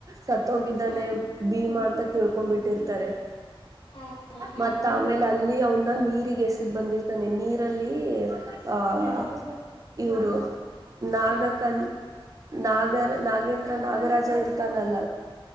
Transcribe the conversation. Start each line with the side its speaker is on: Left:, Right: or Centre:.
Right: ಸತ್ತೋಗಿದ್ದಾನೆ
Left: ಹ್ಮ್ ಹ್ಮ್
Right: ಭೀಮಾ ಅಂತ ತಿಳ್ಕೊಂಡ್ಂಬಿಟ್ಟಿರ್ತಾರೆ
Left: ಹೌದು ಹ್ಮ್
Right: ಮತ್ತ ಆಮೇಲೆ ಅಲ್ಲಿ ಅವನ್ನ ನೀರಿಗೆ ಎಸದ್ ಬಂದಿರ್ತಾನೆ ನೀರಲ್ಲಿ ಆಹ
Left: ಹ್ಮ್ ಹ್ಮ್
Right: ಇವರು ನಾಗಕನ್
Left: ಹ್ಮ್
Right: ನಾಗರ ನಾಗೇಂದ್ರ ನಾಗರಾಜ ಇರ್ತಾನಲ್ಲ